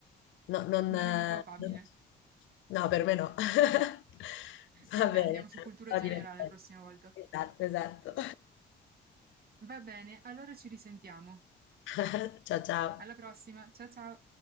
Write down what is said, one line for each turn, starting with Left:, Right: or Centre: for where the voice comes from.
Left: No, non,
Right: non
Left: eh,
Right: è molto probabile.
Left: non- no, per me no. <laughs>
Right: Vabbè,
Left: Va bene,
Right: andiamo su
Left: dai,
Right: cultura
Left: sto
Right: generale
Left: divertendo.
Right: la prossima volta.
Left: Esatto, esatto.
Right: Va bene, allora ci risentiamo.
Left: <laughs> Ciao, ciao.
Right: Alla prossima, ciao ciao!